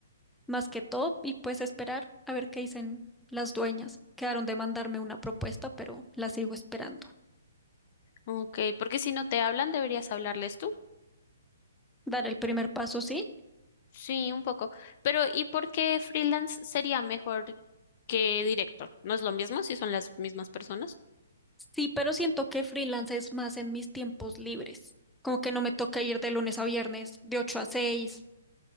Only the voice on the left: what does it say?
Ok, porque si no te hablan, deberías hablarles tú.
Sí, un poco. Pero ¿y por qué freelance sería mejor que directo? ¿No es lo mismo si son las mismas personas?